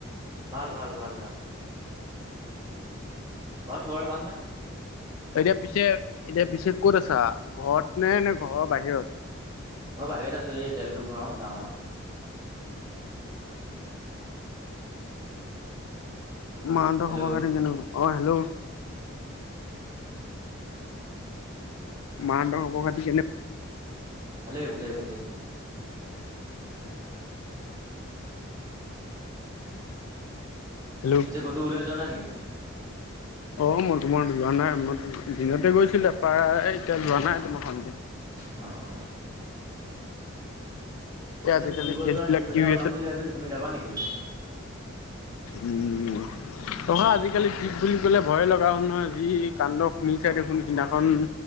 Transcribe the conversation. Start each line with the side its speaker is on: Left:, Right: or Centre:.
Right: ভাল, ভাল, ভাল, ভাল। ঘৰত চবৰে ভালনে?
Left: এতিয়া পিছে, এতিয়া পিছে ক'ত আছা? ঘৰত নে, নে ঘৰৰ বাহিৰত।
Right: মই বাহিৰত আছো, এই তেলটো ভৰাওঁ, যাওঁ আৰু।
Left: উ। মাহতঁৰ
Right: আৰু
Left: খবৰ
Right: হেল্ল'
Left: খাতি কেনেকোৱা? অ'হেল্ল'!
Right: উ।
Left: মাহতঁৰ খবৰ-খাতি কেনে
Right: ভালেই, ভালেই, ভালেই।
Left: হেল্ল'
Right: পিছে ক'তো ওলাই যোৱা নাই নেকি?
Left: অ', মই তোমাৰ যোৱা নাই মই, দিনতে গৈছিলো প্ৰায় এতিয়া যোৱা নাই তোমাৰ সন্ধিয়া।
Right: অ'।
Left: এই
Right: এতিয়া
Left: আজিকালি
Right: ফুৰিব
Left: কেচ
Right: যোৱা
Left: বিলাক
Right: ট্ৰিপ
Left: কি
Right: এটা
Left: হৈ
Right: ওলাম বুলি ভাবিছো, তুমি যাবা নেকি পিছে?
Left: উ। নহয়, আজিকালি ট্ৰিপ বুলি ক'লে ভয়ে লগা হ'ল নহয়, যি কাণ্ড শুনিচাই দেখোন। সিদিনাখন